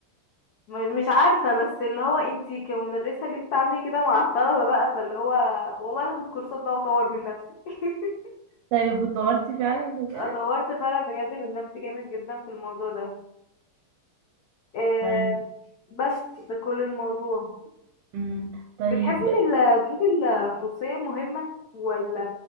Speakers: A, on the left; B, on the right.
A: م- مش عارفه بس اللي هو انتي كمدرسه ليه بتتعاملي كده مع الطلبه بقى فاللي هو والله أنا اخد كورسات بقى واطور من نفسي <laughs>
B: طيب اتطورتي فعلا وكده
A: اتطورت فعلا بجد من نفسي جامد جدا في الموضوع ده إيه
B: طيب
A: بس ده كل الموضوع
B: أمم، طيب
A: بتحسي ان الدروس الخصوصيه مهمه ولا